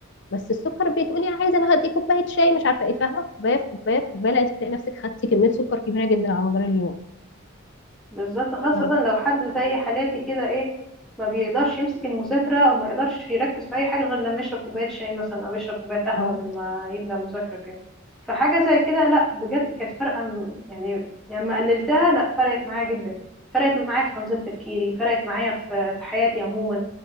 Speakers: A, on the left; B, in the centre.
A: بس السكر بتقولي عايزه انا هدي كوبايه شاي مش عارفه ايه فاهمه كوبايه في كوبايه في كوبايه لا انت تلاقي نفسك خدتي كميه سكر كبيره جدا على مدار اليوم
B: بالظبط خاصة
A: أنا-
B: لو حد زي حالاتي كده ايه ما بيقدرش يمسك المذاكرة او ما يقدرش يركز في اي حاجة غير لما يشرب كوباية شاي مثلا او يشرب كوباية قهوة
A: اه
B: قبل ما يبدأ مذاكرة كده فحاجة زي كده لا بجد كانت فارقة م- يعني لما قللتها لا فرقت معايا جدا فرقت معايا في تنظيم تفكيري فرقت معايا في في حياتي عموما